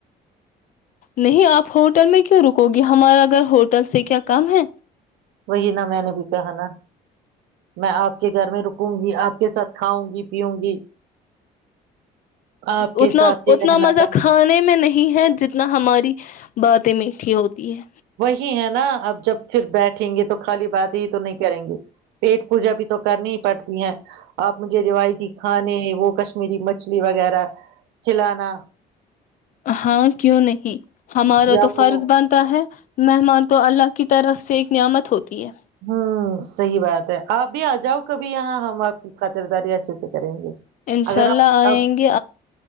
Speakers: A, on the left (about 50°); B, on the right (about 85°).
A: نہیں آپ ہوٹل میں کیوں رکو گے ہمارا گھر ہوٹل سے کیا کم ہے
B: وہی نہ میں نے بھی کہا نہ میں آپ کے گھر میں رکوں گی آپ کے ساتھ کھاؤں گی پیوں گی آپ کے
A: اتنا
B: ساتھ ہی
A: اتنا
B: رہنا
A: مزہ
B: تھا
A: کھانے میں نہیں ہے جتنا ہماری باتیں میٹھی ہوتی ہے
B: وہی ہے نہ اب جب پھر بیٹھیں گے تو خالی بات ہی تو نہیں کریں گے پیٹ پوجا بھی تو کرنی ہی پڑتی ہیں آپ مجھے روایتی کھانے وہ کشمیری مچھلی وغیرہ کھلانا
A: ہاں کیوں نہیں ہمارا
B: یا
A: تو
B: وہ
A: فرض بنتا ہے مہمان تو اللہ کی طرف سے ایک نعمت ہوتی ہے
B: ہممم صحیح بات ہے آپ بھی آ جاؤ کبھی یہاں ہم آپ کی خاطرداری اچھے سے کریں گے
A: انشاء
B: اگر
A: اللہ
B: آپ
A: آئیں
B: اب
A: گے